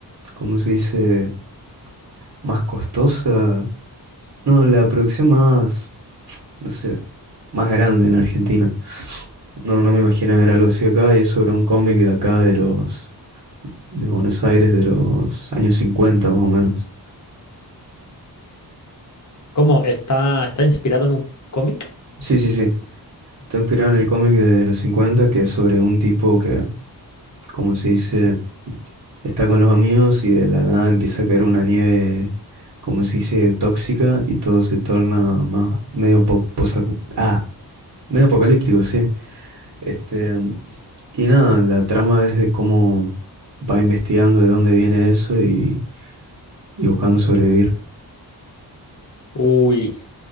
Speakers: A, on the right (about 50°); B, on the left (about 45°).
A: ¿cómo se dice? Más costosa. No, la producción más, no sé, más grande en Argentina. No, no me imagino ver algo así acá y es sobre un cómic de acá de los, de Buenos Aires de los años 50 más o menos.
B: ¿Cómo? ¿Está, está inspirado en un cómic?
A: Sí, sí, sí. Está inspirado en el cómic de los 50 que es sobre un tipo que, como se dice, está con los amigos y de la nada empieza a caer una nieve, como se dice, tóxica y todo se torna más medio po posaco- ah, Medio apocalíptico, sí. Este, y nada, la trama es de cómo va investigando de dónde viene eso y, y buscando sobrevivir.
B: Uy,